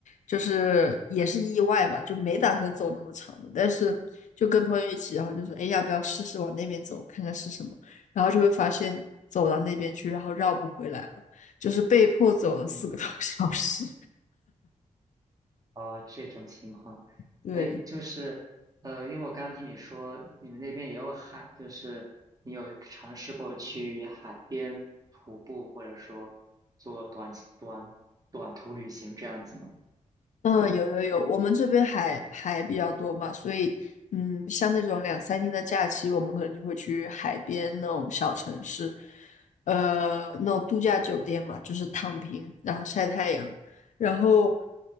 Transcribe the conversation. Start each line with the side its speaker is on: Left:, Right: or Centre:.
Left: 就是也是意外吧，就没打算走那么长的，但是就跟朋友一起，然后就说，哎，要不要试试往那边走，看看是什么？然后就会发现走到那边去，然后绕不回来了，就是被迫走了四个多小时。
Right: 嗯。哦，这种情况，
Left: <laughs> 对。
Right: 哎，就是，呃，因为我刚刚听你说你们那边也有海，就是你有尝试过去海边徒步，或者说做短短短途旅行这样子吗？
Left: 嗯，有有有，我们这边海海比较多嘛，所以嗯，像那种两三天的假期，我们可能就会去海边那种小城市，呃，那种度假酒店嘛，就是躺平，然后晒太阳，然后